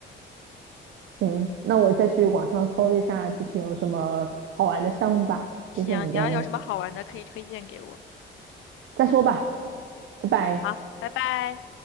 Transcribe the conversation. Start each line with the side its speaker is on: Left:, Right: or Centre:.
Right: 行，那我再去网上搜一下具体有什么好玩的项目吧。
Left: 行，
Right: 谢谢你的，
Left: 你要有什么好玩的可以推荐给我。
Right: 再说吧，拜拜。
Left: 好，拜拜。